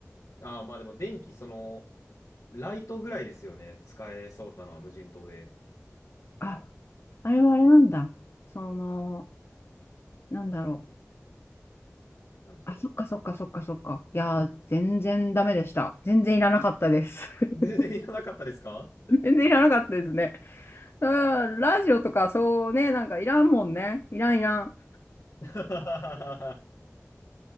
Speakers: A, on the left; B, on the left.
A: ああまあでも電気、その、ライトぐらいですよね。使えそうなのは無人島で。
B: あ、あれはあれなんだ。その、なんだろう。
A: え何ですか
B: あ、そっかそっかそっかそっか。いやー、全然ダメでした。全然いらなかったです。<laughs>
A: 全然いらなかったですか
B: 全然いらなかったですね。うん、ラジオとかそうね、なんかいらんもんね。いらんいらん。
A: <laughs>